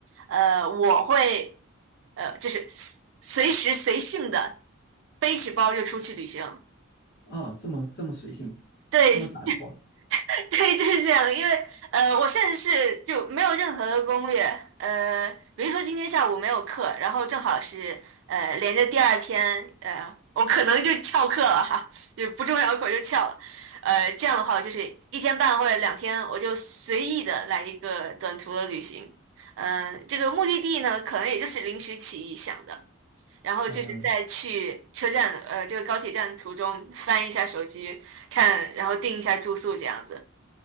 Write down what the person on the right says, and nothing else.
呃我会呃就是随随时随性的背起包就出去旅行。
对，
<laughs> 对，就是这样。因为呃，我甚至是就没有任何的攻略。呃，比如说今天下午没有课，然后正好是呃连着第二天，呃，我可能就翘课了哈，就不重要的课我就翘了。呃，这样的话，我就是一天半或者两天，我就随意的来一个短途的旅行。嗯、呃，这个目的地呢，可能也就是临时起意想的，然后就是在去车站，
呃，这个高铁站途中翻一下手机看，然后订一下住宿这样子。